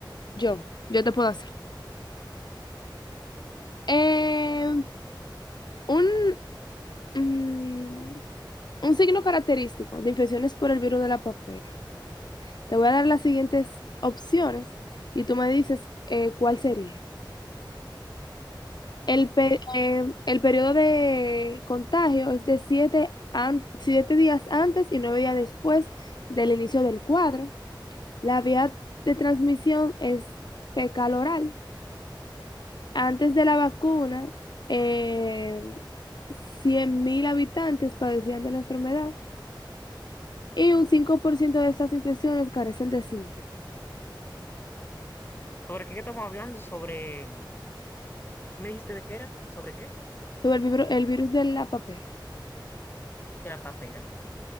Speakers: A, on the left; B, on the left.
A: yo, yo te puedo hacer. Eh, un, mm, un signo característico de infecciones por el virus de la papera. Te voy a dar las siguientes opciones y tú me dices eh, cuál sería. El,
B: ok.
A: pe- eh, el periodo de contagio es de siete an- siete días antes y 9 días después del inicio del cuadro. La vía de transmisión es fecal oral. Antes de la vacuna, eh, 100.000 habitantes padecían de la enfermedad y un 5% de estas infecciones carecen de síntomas.
B: ¿Sobre qué estamos hablando? Sobre ¿Me dijiste de qué era? ¿Sobre qué?
A: Sobre el, vibro- el virus de la papera.
B: De la papera.